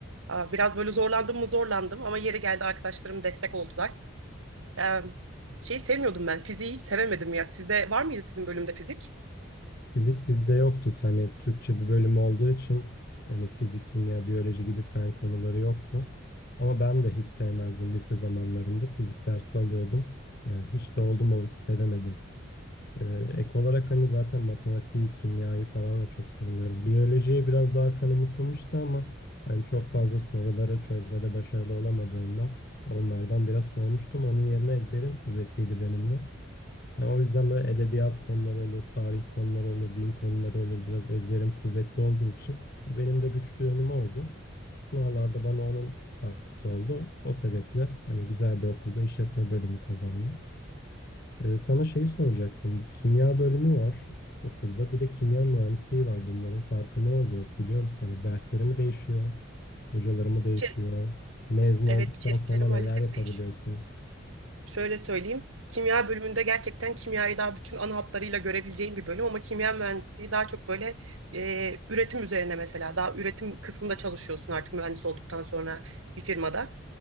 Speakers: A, on the right; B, on the left.
A: Aa, biraz böyle zorlandım mı zorlandım ama yeri geldi arkadaşlarım destek oldular. Ee, şeyi sevmiyordum ben. Fiziği hiç sevemedim ya. Sizde var mıydı sizin bölümde fizik?
B: Fizik bizde yoktu. Hani Türkçe bir bölüm olduğu için hani fizik, kimya, biyoloji gibi fen konuları yoktu. Ama ben de hiç sevmezdim lise zamanlarında. Fizik dersi alıyordum. Yani hiç de oldum olası sevemedim. Ee, ek olarak hani zaten matematiği, kimyayı falan da çok sevmiyorum. Biyolojiye biraz daha kanım ısınmıştı ama hani çok fazla soruları çözmede başarılı olamadığımdan onlardan biraz soğumuştum. Onun yerine ezberim kuvvetiydi benim de. Yani o yüzden böyle edebiyat konuları olur, tarih konuları olur, din konuları olur. Biraz ezberim kuvvetli olduğu için e, benim de güçlü yönüm oydu. Sınavlarda bana onun katkısı oldu. O sebeple hani güzel bir okulda işletme bölümü kazandım. Ee, sana şeyi soracaktım. Bu kimya bölümü var okulda. Bir de kimya mühendisliği var. Bunların farkı ne oluyor biliyor musun? Hani dersleri mi değişiyor? Hocaları mı değişiyor?
A: İçe-
B: Mezun
A: Evet
B: olduktan
A: içerikleri
B: sonra
A: maalesef
B: neler yapabiliyorsun?
A: değişiyor. Şöyle söyleyeyim. Kimya bölümünde gerçekten kimyayı daha bütün ana hatlarıyla görebileceğin bir bölüm ama kimya mühendisliği daha çok böyle e, üretim üzerine mesela daha üretim kısmında çalışıyorsun artık mühendis olduktan sonra bir firmada.